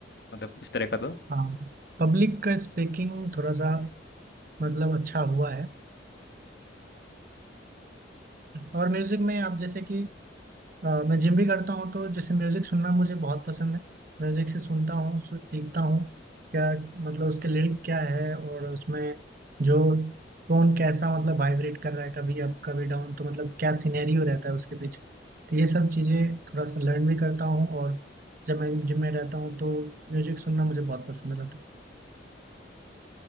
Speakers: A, on the left; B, on the right.
A: मतलब इस तरह का तो
B: हाँ पब्लिक का स्पीकिंग थोड़ा सा मतलब अच्छा हुआ है और म्यूजिक में आप जैसे कि अ, मैं जिम भी करता हूँ तो जैसे म्यूजिक सुनना मुझे बहुत पसंद है म्यूजिक से सुनता हूँ उससे सीखता हूँ क्या मतलब उसके लिरिक क्या है और उसमें जो टोन कैसा मतलब वाइब्रेट कर रहा है कभी अप कभी डाउन तो मतलब क्या सिनेरियो रहता है उसके पीछे तो ये सब चीज़ें थोड़ा सा लर्न भी करता हूँ और जब मैं जिम में रहता हूँ तो म्यूजिक सुनना मुझे बहुत पसंद रहता है